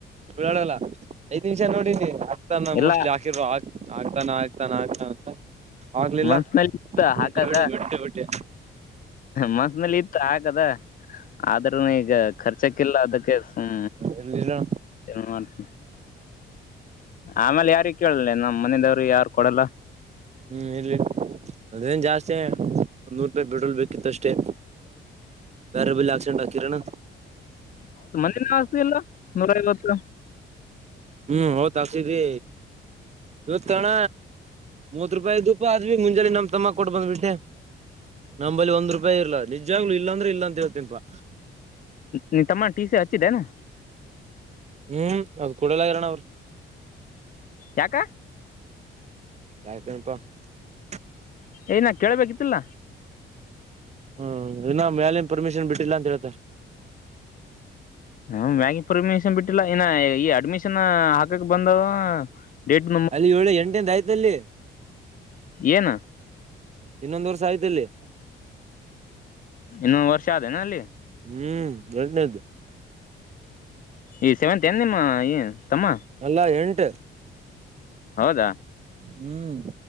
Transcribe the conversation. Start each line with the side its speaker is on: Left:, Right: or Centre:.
Right: ಚುಳಲ್ಲ <unintelligible> ಐದ್ ನಿಮಿಷ ನೋಡಿನನಿ ಅತ್ತನ
Left: ಇಲ್ಲ
Right: ಮೋಸ್ಟ್ಲಿ ಹಾಕಿರ ಆಗ್ತಾನ ಆಗ್ತಾನ ಆಗ್ತಾನ ಅಂತ ಆಗ್ಲಿಲ್ಲ
Left: ಮನ್ಸನಲ್ಲಿ ಇತ್ತ ಹಾಕದ
Right: ಇಲ್ಲಿ ಬಿಡು ಬಿಟ್ಟೆ ಬಿಟ್ಟೆ
Left: ಮನ್ಸನಲ್ಲಿ ಇತ್ತ ಹಾಕದ ಆದ ಈಗ ಖರ್ಚಕಿಲ್ಲ ಅದಕ್ಕೆ ಹ್ಮ
Right: ಇರ್ಲಿಲ್ಲ
Left: ಏನ್ ಮಾಡ್ತಿ ಆಮೇಲೆ ಯಾರಿ ಕೇಳಲ್ಲ ನಮ್ಮ್ ಮನದವರು ಯಾರು ಕೊಡಲ್ಲ
Right: ಹ್ಮ್ ಇಲ್ಲಿ ಅದೇನ್ ಜಾಸ್ತಿ ಒಂದ್ ನೂರು ರೂಪಾಯಿ ಬಿಟ್ರೋಲ್ ಬೇಕಿತ್ತು ಅಷ್ಟೇ ಬೇರೆ <unintelligible> ಕಿರಣ
Left: <unintelligible> ಲ್ಲ ನೂರ ಗೊತ್ತು
Right: ಹ್ಮ್ ಹೌತ್ತಿದರಿ ಇವತ್ ತಣ ಮೂತ್ ರೂಪಾಯಿ ಇದ್ದಪಾ ಅ ಮುಂಜಾನೆ ನಮ್ ತಮ್ಮ ಕೊಟ್ಟು ಬಂದ್ಬಿಟ್ಟೆ ನಂಬಲ್ಲಿ ಒಂದ್ ರೂಪಾಯಿ ಇರ್ಲ ನಿಜಾಗ್ಲು ಇಲ್ಲಾಂದ್ರೆ ಇಲ್ಲ ಅಂತೇವತಿನ್ಪಾ
Left: ನೀತಮ್ಮ ತೀ ಸ ಹಚ್ಚಿದೆನೆ
Right: ಹ್ಮ್ ಅದು ಕೂಡಲ ಇರೋಣ ಅವ್ರು
Left: ಯಾಕ
Right: <unintelligible>
Left: ಏನ ಕೇಳ್ಬೇಕಿತ್ತಲ್ಲ
Right: ಹ್ಮ್ ಇನ್ನ ಮ್ಯಾಲನ್ ಪರ್ಮಿಷನ್ ಬಿಟ್ಟಿಲ್ಲ ಅಂತ ಹೇಳ್ತಾರೆ
Left: ಹ ಮ್ಯಾಗಿ ಪರ್ಮಿಷನ್ ಬಿಟ್ಟಿಲ್ಲ ಇನ್ನ ಈ ಅಡ್ಮಿಷನ್ ಹಾಕಕ್ ಬಂದವ ಡೇಟ್
Right: ಅಲ್ಲಿ ಏಳು ಎಂಟಂದ ಆಯ್ತಲ್ಲಿ
Left: ಏನ್
Right: ಇನ್ನೊಂದ್ ವರ್ಷ ಆಯ್ತಲ್ಲಿ
Left: ಇನ್ನೊಂದು ವರ್ಷ ಆದೇನಾ ಅಲ್ಲಿ
Right: ಹ್ಮ್ ಎರಡನೇದ್ದು
Left: ಈ ಸೆವೆಂತ್ ಏನ್ ನಿಮ್ಮ ಈ ತಮ್ಮ
Right: ಅಲ್ಲಾ ಎಂಟು ಹಟ್
Left: ಹೌದಾ
Right: ಹ್ಮ್